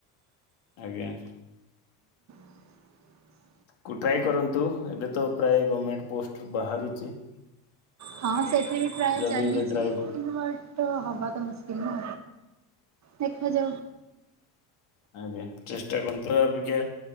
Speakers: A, on the left; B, on the right.
A: ଆଜ୍ଞା।
B: <inaudible>
A: ଟ୍ରାଏ କରନ୍ତୁ ଏବେ ତ ପ୍ରାୟ ଗଭର୍ଣ୍ଣମେଣ୍ଟ ପୋଷ୍ଟ ବାହାରୁଛି।
B: ହଁ ସେଠି ବି ପ୍ରାୟ ଚାଲିଛି
A: ବି ଏବେ ଟ୍ରାଏ କୁ
B: ବଟ୍ ତ ହବା ତ ମୁସ୍କିଲ ନା ଦେଖାଯାଉ।
A: ଆ୍ଞ ଚେଷ୍ଟା କନ୍ତୁ ଆପିକ